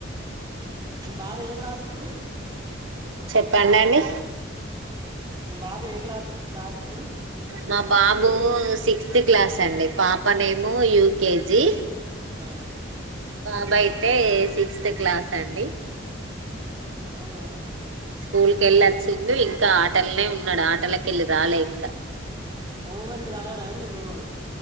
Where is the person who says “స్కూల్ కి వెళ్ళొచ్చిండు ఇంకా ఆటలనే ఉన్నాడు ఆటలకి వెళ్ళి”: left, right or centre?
Right